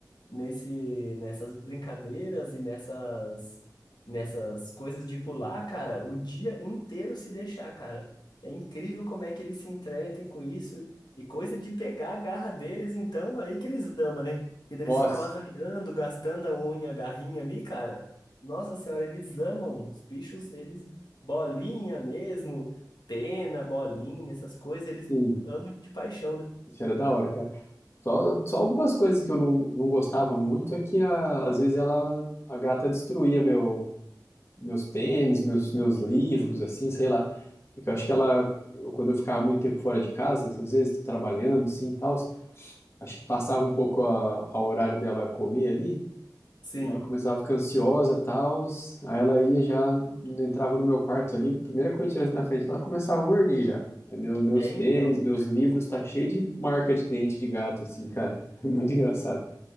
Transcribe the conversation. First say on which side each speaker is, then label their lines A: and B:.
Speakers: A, on the left (about 80°); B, on the left (about 40°).
A: nesse, nessas brincadeiras e nessas, nessas coisas de pular, cara, o dia inteiro se deixar, cara. É incrível como é que eles se entretem com isso. E coisa de pegar a garra deles, então, aí que eles amam, né? Porque daí
B: nossa,
A: eles ficam arranhando, gastando a unha, a garrinha ali, cara. Nossa senhora, eles amam. Os bichos, eles bolinha mesmo pena, bolinha, essas coisas, eles
B: sim,
A: amam de paixão, né?
B: isso era da hora, cara. Só, só algumas coisas que eu não, não gostava muito é que a- às vezes ela, a gata destruía meu, meus tênis, meus, meus livros, assim, sei lá. Porque eu acho que ela, eu- quando eu ficava muito tempo fora de casa, às vezes trabalhando, assim, e tal, acho que passava um pouco a, a horário dela comer ali,
A: Sim.
B: e ela começava a ficar ansiosa, tal, aí ela ia já, entrava no meu quarto ali, primeira coisa que tivesse na frente, ela começava a morder já. Aí meu, meus
A: É,
B: tênis,
A: então.
B: meus livros, tá cheio de marca de dente de gato, assim, cara. <laughs> Muito engraçado.
A: E,